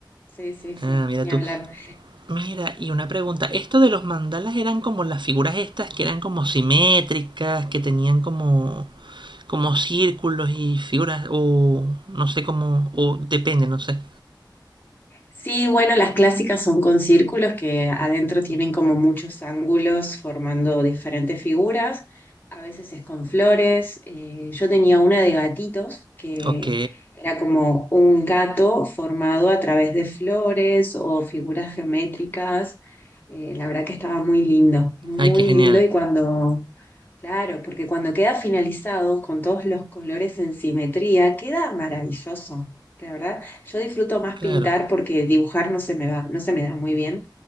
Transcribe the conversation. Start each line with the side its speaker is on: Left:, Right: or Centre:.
Left: sí, sí, sí,
Right: Ah, mira
Left: ni
Right: tú.
Left: hablar.
Right: Mira, y una pregunta, ¿esto de los mandalas eran como las figuras estas que eran como simétricas, que tenían como como círculos y figuras o no sé cómo o depende, no sé.
Left: Sí, bueno, las clásicas son con círculos que adentro tienen como muchos ángulos formando diferentes figuras. A veces es con flores. Eh, yo tenía una de gatitos que
Right: Ok.
Left: era como un gato formado a través de flores o figuras geométricas. Eh, la verdad que estaba muy lindo, muy
Right: Ay, qué genial.
Left: lindo y cuando Claro, porque cuando queda finalizado con todos los colores en simetría, queda maravilloso. La verdad, yo disfruto más
Right: Claro.
Left: pintar porque dibujar no se me va, no se me da muy bien.